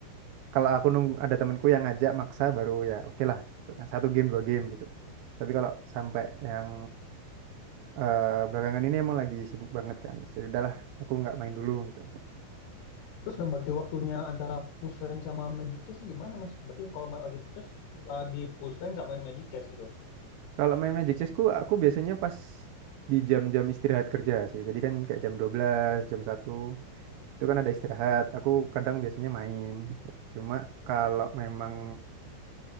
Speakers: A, on the right (about 75°); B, on the left (about 85°).
A: kalau aku nunggu ada temanku yang ngajak maksa baru ya oke lah gitu kan satu game dua game gitu. Tapi kalau sampai yang eh, belakangan ini emang lagi sibuk banget kan. Terus ya udahlah, aku nggak main dulu gitu.
B: Terus ngebagi waktunya antara push rank sama magic chess tuh gimana mas? Berarti kalau main lagi chess, lagi push rank nggak main magic chess gitu?
A: Kalau main Magic Chessku, aku biasanya pas di jam-jam istirahat kerja sih. Jadi kan kayak jam 12 jam satu itu kan ada istirahat aku kadang biasanya main cuma kalau memang